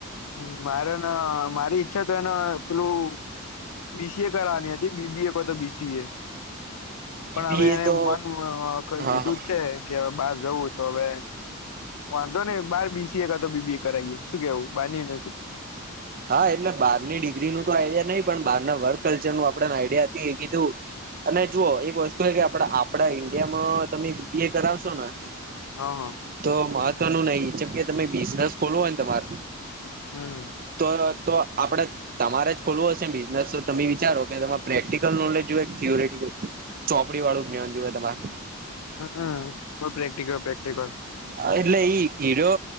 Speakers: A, on the left; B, on the right.
A: હ મારેને મારી ઈચ્છા તો એને પેલું બીસીએ કરવાની હતી બીબીએ કો તો બીસીએ પણ
B: એ બી
A: હવે
B: એ
A: એને
B: તો
A: મન કર
B: હા
A: દીધું
B: હા
A: જ છે કે બહાર જવું તો હવે વાંધો ને બાર બીસીએ કાતો બીબી એ કરાવએ શું કેવું બાર યુનિવર્સિટી
B: હા એટલે બારની ડિગ્રી નું તો આઈડિયા નહીિ પણ બાર ના વર્ક કલ્ચરનું આપડે આઈડિયા હતી એ કીધું અને જુઓ એક વસ્તુ એ કે આપડા આપડા ઈન્ડિયામાં તમે બી એ કરાવશો ને
A: હા હા
B: તો મહત્વનું નહી જેમ કે તમે બિઝનેસ ખોલ હોયને તમાર
A: હમ હમ
B: તો તો આપણે તમારે જ ખોલવું હશે બિઝનેસ તો તમે વિચારો કે તમામે પ્રેક્ટિકલ નોલેજ જોયે થીયુરિટીકલ ચોપડી વાળું જ્ઞાન જોયે તમારે
A: હ પણ પ્રેકટીકલ પ્રેક્ટીકલ
B: એટલે ઈ હીરો